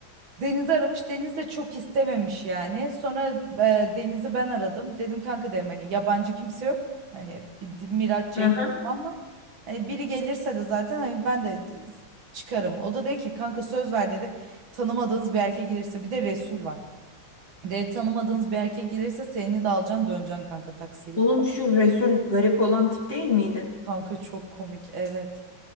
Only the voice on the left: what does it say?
Aha.
Oğlum şu Resul garip olan tip değil miydi?